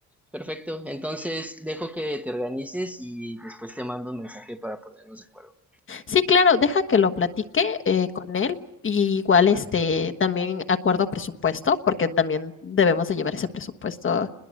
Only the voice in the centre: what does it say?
perfecto. Entonces dejo que te organices y después te mando un mensaje para ponernos de acuerdo.